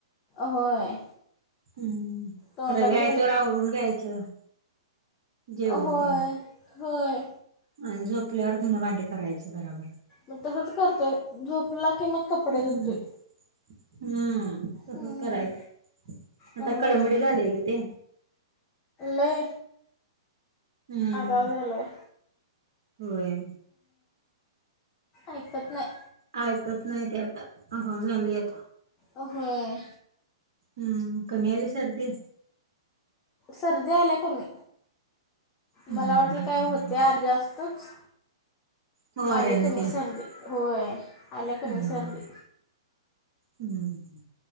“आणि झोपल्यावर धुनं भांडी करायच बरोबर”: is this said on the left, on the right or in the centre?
Right